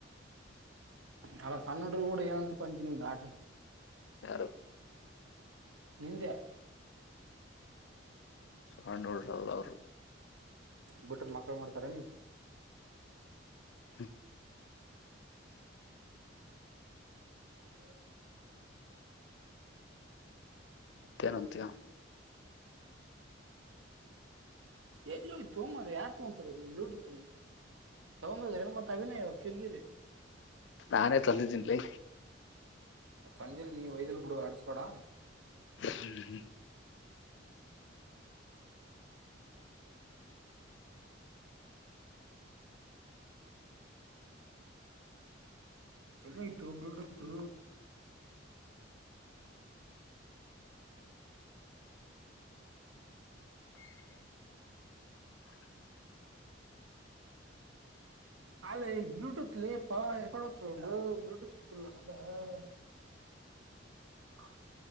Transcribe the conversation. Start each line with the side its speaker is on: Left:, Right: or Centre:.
Right: ಅಲ್ಲ ಸಣ್ಣಡರು ಕೂಡ ಏನಂತ ಕೊತೀನಿ ಆಟ
Left: ಯಾರು
Right: ನಿಂದೆ
Left: ಹ ನೋಡ್ರಲ್ಲ ಅವ್ರು
Right: ಬಿಟ್ಟದ ಮಕ್ಳು ಮಾಡ್ತಾರ ನೀ
Left: ಹ್ಮ
Right: ಹ್ಮ
Left: ಮತ್ತೇನಂತಯ
Right: ಎಲ್ಲಿೋೋಗ್ ತ ಮಾರ ಯಾರ್ ತಗೊಂತಾರೊಡತ್ ತಗೊಂಡದ ಎಲ್ಲ ಮತ್ತತ್ ಅಭಿನಯ ಅವರು ಕಿರಿ ಕಿರಿ
Left: ನಾನೇ ತಂದಿದ್ದೀನ್ಲಿ
Right: ತಂದಿಲ್ ನೀ ವಯ್ದಲು ಕುಡ ಅಡಸಪಾಡಾ
Left: ಹ್ಮ್ ಹ್ಮ
Right: ಎಲ್ಲ ಆಯ್ತು ಒಬಡತ್ತು ಅಲ ಬ್ಲೂಟೂತ್ ಲೇಪ ಕೊಡತ ಬ್ಲೂಟೂತ್ು ಅ <unintelligible>